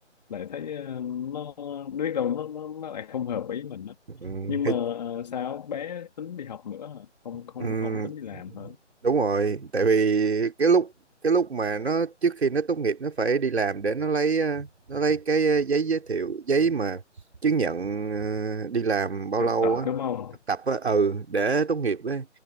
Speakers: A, on the left; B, on the right.
A: lại thấy ờ, nó biết đâu nó nó, nó lại không hợp ý mình á
B: ừ.
A: nhưng
B: Thấy
A: mà ờ, sao bé tính đi học nữa hả? không không
B: Ừm,
A: không tính đi làm hả
B: đúng rồi tại vì cái lúc cái lúc mà nó trước khi nó tốt nghiệp nó phải đi làm để nó lấy ờ, nó lấy cái ờ, giấy giới thiệu giấy mà chứng nhận ờ, đi làm bao
A: thực
B: lâu
A: tập
B: á
A: đúng không
B: thực tập á ừ để tốt nghiệp á